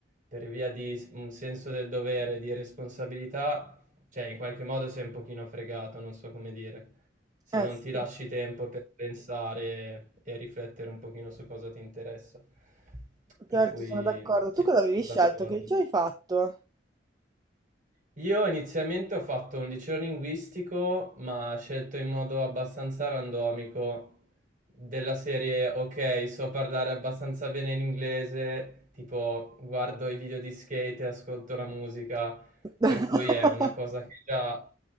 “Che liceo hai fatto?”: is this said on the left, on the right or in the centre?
Right